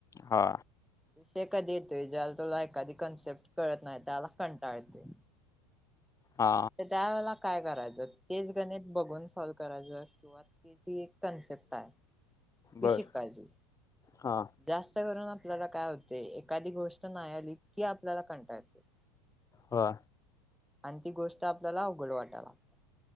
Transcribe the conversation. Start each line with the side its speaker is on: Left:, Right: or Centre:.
Left: हा.
Centre: विषय कध येतोय ज्याला तुला एखादी कन्सेप्ट कळत नाही त्याला कंटाळते
Left: हा
Centre: ते त्या वेेळेला काय करायचं तेच गणित बघून सॉल्व करायच किंवा ते जी एक कन्सेप्ट आहे किशी
Left: बर
Centre: पाहिजे
Left: हा
Centre: जास्त करून आप आपल्याला काय होते एखादी गोष्ट नाही आली की आपल्याला कंटाळते
Left: हा.
Centre: आणि ती गोष्ट आपल्याला अवघड वाटायला लागते